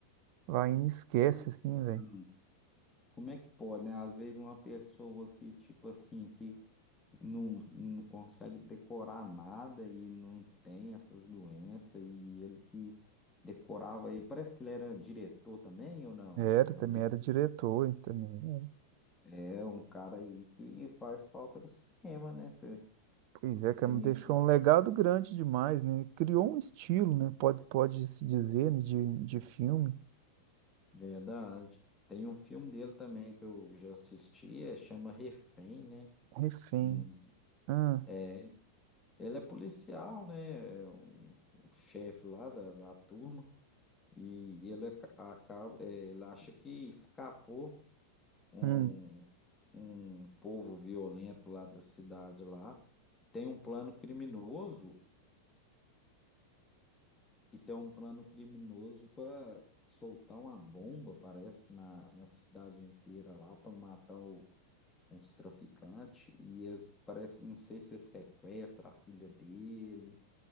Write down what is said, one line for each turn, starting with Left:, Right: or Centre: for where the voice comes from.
Right: vai e esquece,
Left: Então,
Right: assim, velho.
Left: como é que pode, né? Às vezes uma pessoa que, tipo assim, que não, não consegue decorar nada e não tem essas doenças, e ele que decorava aí, parece que ele era diretor também ou não?
Right: Era,
Left: Já
Right: também
Left: dirigiu.
Right: era diretor, e também. é.
Left: É um cara aí que faz falta no cinema, né? pê?
Right: Pois é, cara,
Left: Tem
Right: me deixou
Left: aqui,
Right: um legado grande demais, né? Criou um estilo, né? Pode, pode se dizer, né, de, de filme.
Left: verdade. Tem um filme dele também que eu já assisti, é, chama Refém, né?
Right: Refém.
Left: Hum,
Right: Ah,
Left: é, ele é policial, né? É um- o chefe lá da, da turma, e ele aca- acaba, é, ele acha que escapou um,
Right: hum.
Left: um povo violento lá da cidade lá, que tem um plano criminoso, que tem um plano criminoso para soltar uma bomba, parece, na, na cidade inteira lá para matar o- uns traficantes e eles parece, não sei se sequestra a filha dele.